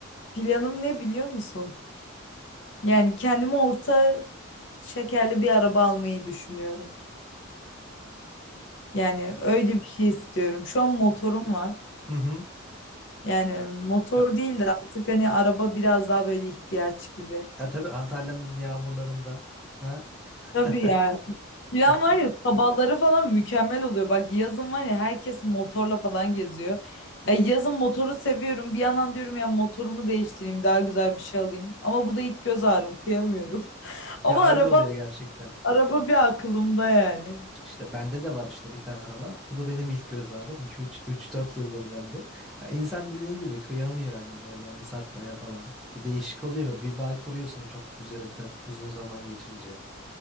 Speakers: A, on the left; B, in the centre.
A: planım ne biliyor musun? Yani kendime orta şekerli bir araba almayı düşünüyorum. Yani öyle bir şey istiyorum. Şu an motorum var.
B: Hı hı.
A: Yani motor
B: Ya,
A: değil de artık hani araba biraz daha böyle ihtiyaç gibi.
B: ya tabii Antalya'nın yağmurlarında. Ha. <laughs>
A: Tabii yani. Plan var
B: Ya,
A: ya sabahları falan mükemmel oluyor. Bak yazın var ya herkes motorla falan geziyor. E, yazın motoru seviyorum. Bir yandan diyorum ya motorumu değiştireyim daha güzel bir şey alayım. Ama bu da ilk göz ağrım kıyamıyorum. <laughs> Ama
B: ya
A: araba
B: öyle oluyor gerçekten.
A: araba bir aklımda yani.
B: İşte bende de var işte bir tane araba. Bu da benim ilk göz ağrım. 2 üç, üç, dört yıldır bende. Ya İnsan dediğin gibi kıyamıyor yani öyle yani satmaya falan. Bir değişik oluyor böyle. Bir bağ kuruyorsun çok üzerinden uzun zaman geçince.